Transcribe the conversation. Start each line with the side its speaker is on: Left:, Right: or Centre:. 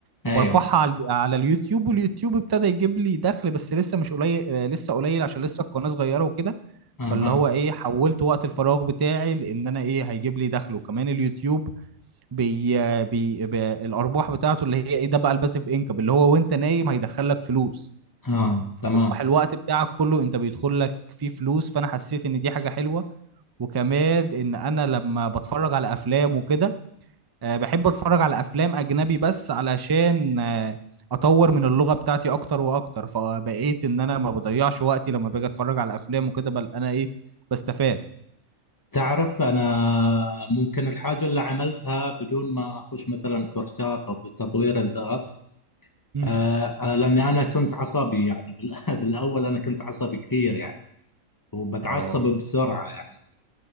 Right: وبرفعها
Left: أيوه
Right: على الف- على اليوتيوب واليوتيوب ابتدى يجيب لي دخل بس لسه مش قليل آه، لسه قليل عشان لسه القناة صغيرة وكده
Left: أها
Right: فاللي هو ايه حولت وقت الفراغ بتاعي لان انا ايه هيجيب لي دخل وكمان اليوتيوب بي بي, بي الارباح بتاعته اللي هي ايه ده بقى الباسيف انكم اللي هو وانت نايم هيدخل لك فلوس
Left: آه
Right: فاصبح
Left: تمام
Right: الوقت بتاعك كله انت بيدخل لك فيه فلوس فانا حسيت ان دي حاجة حلوة وكمان ان انا لما بتفرج على افلام وكده آه، بحب اتفرج على افلام اجنبي بس علشان آه، اطور من اللغه بتاعتي اكتر واكتر فبقيت ان انا ما بضيعش وقتي لما باجي اتفرج على افلام وكده بل انا ايه بستفاد
Left: تعرف أنا ممكن الحاجة اللي عملتها بدون ما أخش مثلا كورسات أو في تطوير الذات
Right: مم.
Left: آه آه، لاني انا كنت عصبي يعني بال- <laughs> بالاول انا كنت عصبي كثير يعني وبتعصب
Right: اه
Left: بسرعه يعني